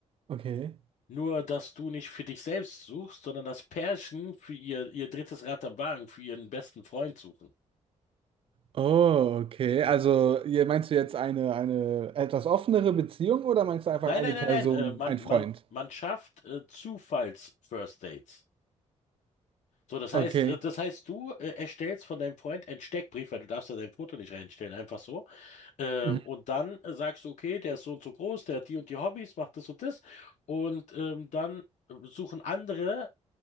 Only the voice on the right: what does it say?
okay.
Oh, okay.
Also, ihr- meinst du jetzt eine, eine etwas offenere Beziehung oder meinst du einfach
eine
Person,
ein Freund?
Okay.
Mhm.